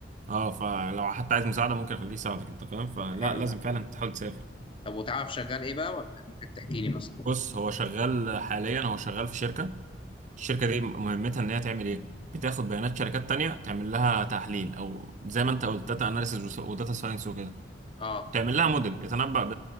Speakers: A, on the right; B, on the left.
A: أه فلو حتى عايز مساعدة ممكن أخليه يساعدك أنت فاهم فلا
B: طب حلو
A: لازم
B: ده
A: فعلا تحاول تسافر
B: طب وتعرف شغال ايه بقى ولا ممكن تحكي لي مثلا
A: بص هو شغال حاليا هو شغال في شركة الشركة دي مهمتها إن هي تعمل إيه بتاخد بيانات شركات تانية تعمل لها تحليل أو زي ما أنت قلت داتا أناليسيز وداتا ساينس وكده
B: اه
A: تعمل لها موديل يتنبأ ب...